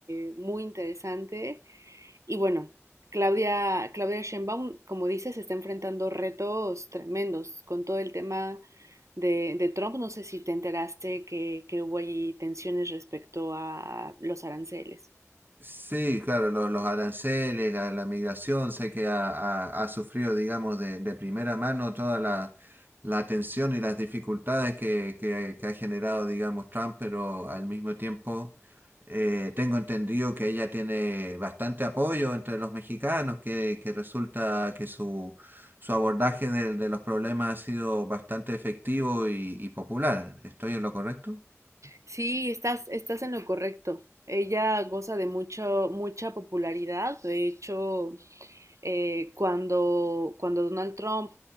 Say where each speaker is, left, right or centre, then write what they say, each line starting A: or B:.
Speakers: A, on the right; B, on the right.
A: eh, muy interesante y bueno, Claudia, Claudia Sheinbaum, como dices, está enfrentando retos tremendos con todo el tema de, de Trump. No sé si te enteraste que, que hubo allí tensiones respecto a los aranceles.
B: Sí, claro, lo- los aranceles, la, la migración, sé que ha, ha- ha sufrido, digamos, de, de primera mano toda la, la tensión y las dificultades que, que- que ha generado, digamos, Trump, pero al mismo tiempo eh, tengo entendido que ella tiene bastante apoyo entre los mexicanos, que, que resulta que su, su abordaje de, de los problemas ha sido bastante efectivo y, y popular. ¿Estoy en lo correcto?
A: Sí, estás, estás en lo correcto. Ella goza de mucho, mucha popularidad. De hecho, eh, cuando, cuando Donald Trump